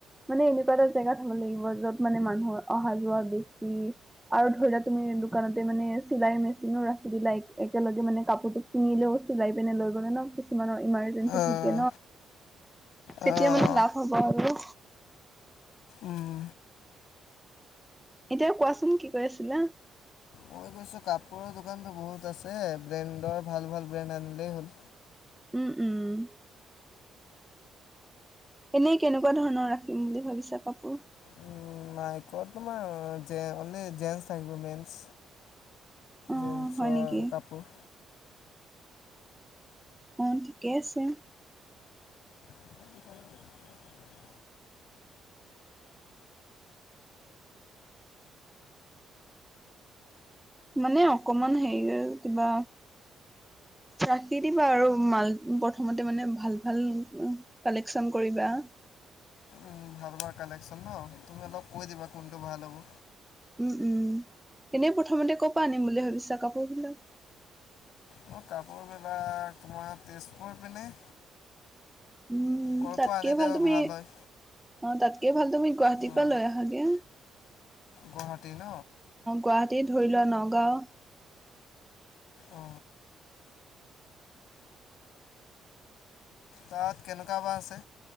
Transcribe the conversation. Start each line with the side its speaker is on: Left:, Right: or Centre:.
Centre: মানে এনেকুৱা এটা জেগাত হব লাগিব যত মানে মানুহৰ অহা যোৱা বেছ- কি আৰু ধৰি লোৱা তুমি দোকানতে মানে চিলাই মেচ- চিনো ৰাখি দিলা একে একেলগে মানে কাপোৰ তোক কিনিলেও চিলাই পিনে লৈ গ'লে ন কিছুমানৰ ইমাৰ জেনচি
Left: আহ
Centre: থাকে যেতিয়া
Left: আহ
Centre: মানে লাভ হ'ব আৰু হ।
Left: উম
Centre: এতিয়া কোৱাচোন কি কৈ আছিলা?
Left: মই গৈছো কাপোৰৰ দোকানতো বহুত আছে, ব্ৰেণ্ডৰ ভাল ভাল ব্ৰেণ্ড আনিলেই হ'ল।
Centre: উম উম। এনেই কেনেকুৱা ধৰণৰ ৰাখিম বুলি ভাবিছা কাপোৰ।
Left: উম নাই ক তোমাৰ যে মানে যেনচ থাকিব মেনচ।
Centre: অ
Left: জেমছৰ
Centre: হয় নেকি
Left: কাপোৰ।
Centre: অন থিকে আছে।
Left: <unintelligible>
Centre: মানে অকমান হেৰি কিবা ৰাখি দিবা আৰু মাল প্ৰথমতে মানে ভাল ভাল কালেকচন কৰিবা।
Left: উ ভাল হোৱা কালেকচন ন তুমি অলপ কৈ দিবা কোনটো ভাল হ'ব।
Centre: উম উম এনেই প্ৰথমতে ক' পা আনিম বুলি ভাবিছা কাপোৰ বিলাক?
Left: মই কাপোৰবিলাক তোমাৰ তেজপুৰ পিনে।
Centre: উম
Left: ক'ৰ
Centre: তাতকে
Left: পৰা আনিলে
Centre: ভাল তুমি,
Left: হয়।
Centre: অ তাত কে ভাল তুমি গুৱাহাটীৰ
Left: অঁ
Centre: পৰা লৈ আহাগে। অ
Left: গুৱাহাটী ন
Centre: গুৱাহাটী ধৰি লোৱা নগাঁও।
Left: অ। তাত কেনেকুৱা বা আছে?